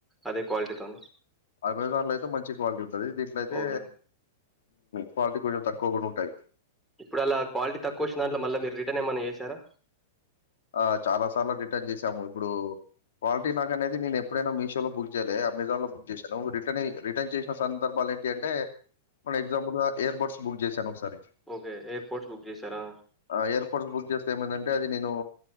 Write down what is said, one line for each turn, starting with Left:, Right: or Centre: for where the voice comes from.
Centre: అదే క్వాలిటీతోని
Left: అమెజాన్ లో అయితే మంచి క్వాలిటీ ఉంటుంది దీంట్లో అయితే
Centre: ఓకే
Left: క్వాలిటీ కొంచెం తక్కువ కూడా ఉంటాయి
Centre: ఇప్పుడు అలా క్వాలిటీ తక్కువ వచ్చిన దాంట్లో మళ్ళా మీరు రిటర్న్ ఏమైన్నా చేశారా
Left: ఆ చాలా సార్లు రిటర్న్ చేశాము ఇప్పుడు క్వాలిటీ నాకు అనేది నేను ఎప్పుడైనా మీషో లో బుక్ చేయలేదు అమెజాన్ లో బుక్ చేశాను రిటర్న్ రిటర్న్ చేసిన సందర్భాలు ఏంటి అంటే మన ఎగ్జాపుల్గా ఎయిర్ బడ్స్ బుక్ చేశాను ఎట్
Centre: ఓకే ఎయిర్పోర్ట్స్
Left: బు
Centre: బుక్ చేసారా
Left: అ నే